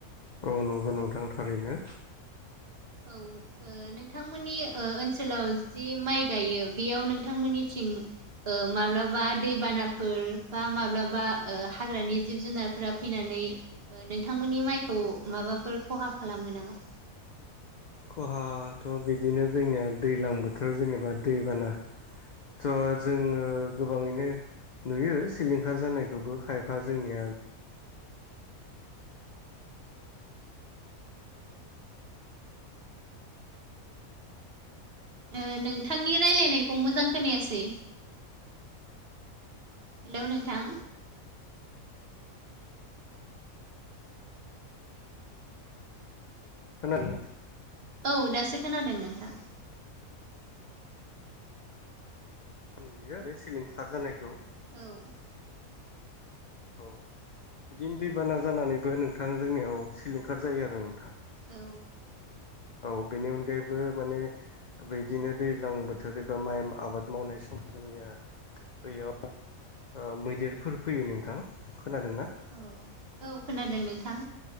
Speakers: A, on the left; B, on the right.
A: औ नंगौ
B: ओ
A: नोंथां थारैनो।
B: औ ओ नोंथांमोननि ओ ओनसोलाव जि माइ गायो बेयाव नोंथांमोननिथिं ओ माब्लाबा दैबानाफोर बा माब्लाबा ओ हाग्रानि जिब जुनार फोरा फैनानै ओ नोंथांमोननि माइखौ माबाफोर खहा खालामो नामा?
A: खहाथ' बिदिनो जोंनिया दैज्लां बोथोर जेनेबा दैबाना थ' जोङो गोबाङैनो। नुयो सिलिंखार जानायखौबो खायफा जोंनिया।
B: ओ नोंथांनि राय्लायनायखौ मोजां खोनायासै। हेलौ नोंथां।
A: खोनादोंना।
B: औ दासो खोनादों नोंथां।
A: नुयो सिलिंखार जानायखौ।
B: औ।
A: औ बिदिनो दैबाना जानानैबो नोंथां जोंनियाव सिलिंखार जायो आरो नोंथां।
B: औ।
A: औ बेनि अनगायैबो माने बिदिनो दैज्लां बोथोर एबा माइ आबाद मावनाय समाव जोंनिया। बैयाव मैदेरफोर फैयो नोंथां खोनादोंना।
B: औ औ खोनादों नोंथां।